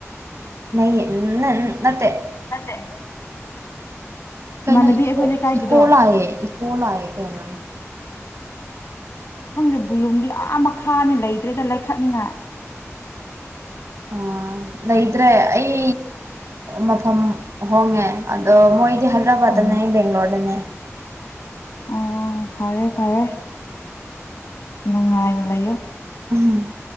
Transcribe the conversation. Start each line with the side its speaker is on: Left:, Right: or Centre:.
Right: ꯅꯩ ꯏꯠꯇꯦ
Left: ꯅꯠꯇꯦ
Right: ꯀꯩꯅꯅ
Left: ꯏꯃꯥꯟꯅꯕꯤ
Right: ꯏꯀꯣ
Left: ꯑꯩꯈꯣꯏ ꯂꯩꯀꯥꯏꯒꯤꯗꯣ
Right: ꯏꯀꯣꯂꯑ ꯏꯀꯣꯂꯑ ꯀꯩꯅꯩꯅ
Left: ꯈꯪꯗꯦ ꯕꯨꯂꯨꯝꯗꯤ ꯑꯥ ꯃꯈꯥꯅꯤ ꯂꯩꯇ꯭ꯔꯦꯗ ꯂꯩꯈꯠꯅꯤꯉꯥꯏ
Right: ꯑ ꯂꯩꯇ꯭ꯔꯦ ꯑꯩ ꯃꯐꯝ ꯍꯣꯡꯉꯦ ꯑꯗꯣ ꯃꯣꯏ ꯍꯔꯕꯥꯗꯅꯦ
Left: ꯑꯣ
Right: ꯦꯡꯒ꯭ꯂꯣꯔꯅꯦ
Left: ꯑꯣ ꯐꯔꯦ ꯐꯔꯦ ꯅꯨꯡꯉꯥꯏꯅꯦ ꯂꯩꯌꯣ
Right: ꯎꯝ